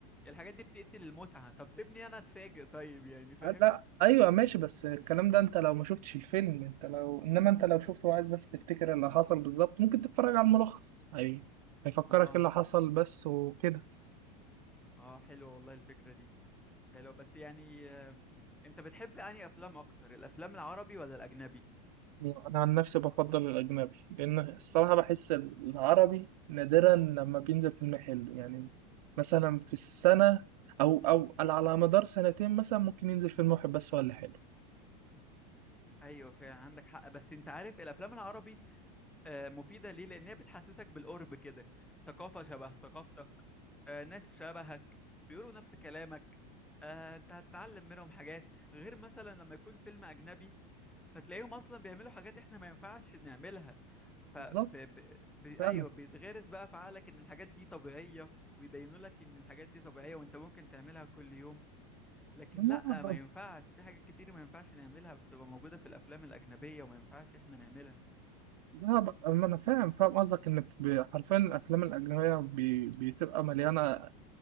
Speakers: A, in the centre; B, on the right.
A: الحاجات دي بتقتل المتعه طب سيبني انا اتفاجئ طيب يعني فاهم
B: آه، لا ايوه ماشي بس الكلام ده انت لو ما شفتش الفيلم انت لو انما انت لو شفته وعايز بس تفتكر اللي حصل بالظبط ممكن تتفرج على الملخص اي هيفكرك
A: اه
B: إيه اللي حصل بس وكده
A: اه حلوه والله الفكره دي حلو بس يعني آه، انت بتحب انهي افلام اكتر الافلام العربي ولا الاجنبي
B: يعني انا عن نفسي بفضل الاجنبي لان الصراحه بحس العربي نادرا لما بينزل فيلم حلو يعني مثلا في السنه او او على على مدار سنتين مثلا ممكن ينزل فيلم واحد بس ولا حلو
A: ايوه فعلا عندك حق بس انت عارف الافلام العربي آه، مفيده ليه لان هي بتحسسك بالقرب كده ثقافه شبه ثقافتك آه، ناس شبهك بيقولوا نفس كلامك آه، انت هتتعلم منهم حاجات غير مثلا لما يكون فيلم اجنبي فتلاقيهم اصلا بيعملوا حاجات احنا ما ينفعش نعملها ف
B: بالظبط
A: ب... ب... ب... ايوه
B: فعلا
A: بيتغرس بقى في عقلك ان الحاجات دي طبيعيه ويبينوا لك ان الحاجات دي طبيعيه وانت ممكن تعملها كل يوم لكن
B: لا
A: لا
B: ب-
A: ما ينفعش في حاجات كتير ما ينفعش نعملها بتبقى موجوده في الافلام الاجنبيه وما ينفعش احنا نعملها
B: لا ب- أما انا فاهم فاهم قصدك ان ب- حرفيا الافلام الاجنبيه بي- بتبقى مليانه